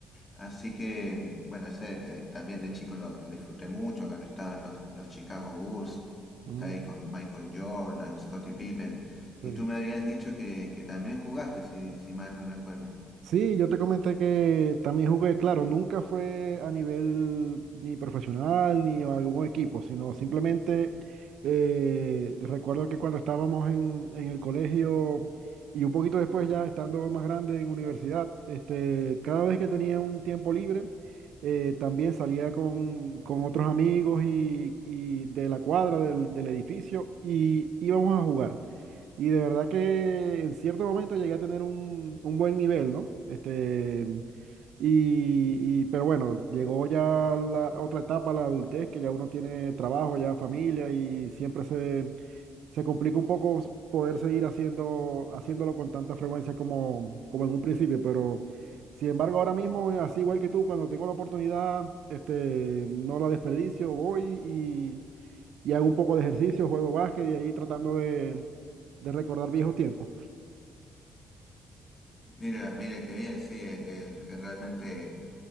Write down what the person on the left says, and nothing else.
Así que, bueno, ese eh, también de chico lo, lo disfruté mucho cuando estaban los, los Chicago Bulls
ahí con Michael Jordan, Scottie Pippen.
Y tú me habías dicho que, que también jugaste, si, si mal no recuerdo.
Mira, mira qué bien, sí, es, es- es realmente